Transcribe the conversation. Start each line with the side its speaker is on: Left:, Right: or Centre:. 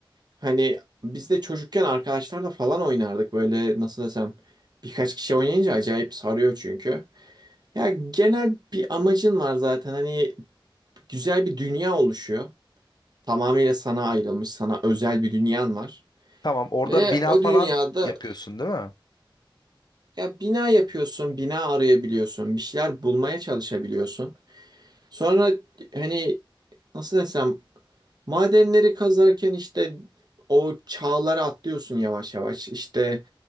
Right: hani biz de çocukken arkadaşlarla falan oynardık böyle nasıl desem birkaç kişi oynayınca acayip sarıyor çünkü. Ya genel bir amacın var zaten. Hani güzel bir dünya oluşuyor. Tamamıyla sana ayrılmış, sana özel bir dünyan var.
Left: Tamam orada
Right: Ve
Left: bina
Right: o
Left: falan
Right: dünyada
Left: yapıyorsun değil mi?
Right: ya bina yapıyorsun, bina arayabiliyorsun, bir şeyler bulmaya çalışabiliyorsun. Sonra hani nasıl desem madenleri kazarken işte o çağları atlıyorsun yavaş yavaş. İşte